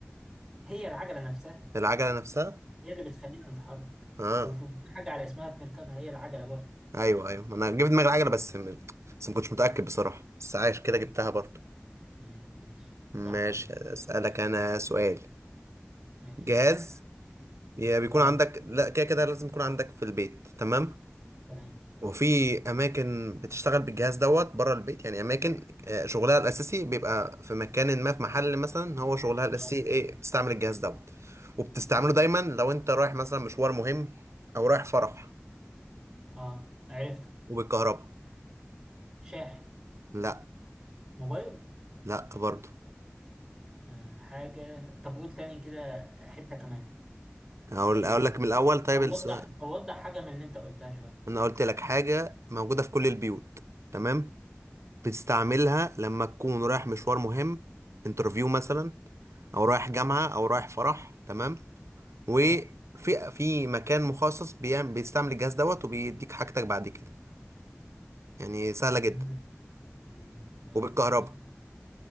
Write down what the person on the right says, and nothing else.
العجله نفسها
اه
ايوه ايوه ما انا جبت دماغي العجلة بس م... بس ما كنتش متأكد بصراحة بس عايش كده
جبتها برضه
ماشي
اسألك
انا سؤال
جهاز يا بيكون
عندك لا كده كده لازم يكون عندك في البيت تمام
وفي اماكن بتشتغل بالجهاز دوت بره البيت يعني اماكن آه، شغلها الاساسي بيبقى في مكان ما في محل مثلا هو شغلها الاساسي
ايه بتستعمل الجهاز دوت وبتستعمله
دايما لو انت رايح مثلا مشوار مهم او رايح فرح
وبالكهرباء
لا
لا برضه
هقول
اقول
لك من الاول طيب
السؤال
انا قلت لك حاجه موجوده في كل البيوت تمام بتستعملها
لما تكون رايح مشوار مهم انترفيو مثلا او رايح
جامعة او رايح فرح تمام وفي
في مكان مخصص بيعمل بيستعمل الجهاز دوت وبيديك حاجتك بعد كده يعني سهلة
جدا
وبالكهرباء